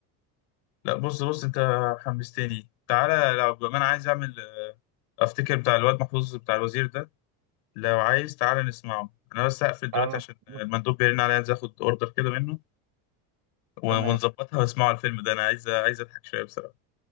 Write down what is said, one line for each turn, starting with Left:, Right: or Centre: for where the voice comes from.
Left: لا بص بص انت حمستني تعالى لو بما انا عايز اعمل افتكر بتاع الواد محفوظ بتاع الوزير ده لو عايز تعالى نسمعه انا بس هقفل
Right: تعال
Left: دلوقتي
Right: نت-
Left: عشان المندوب
Right: نت-
Left: بيرن عليا عايز اخد اوردر كده منه و-
Right: تمام
Left: ونظبطها واسمعوا الفيلم ده انا عايز عايز اضحك شويه بصراحه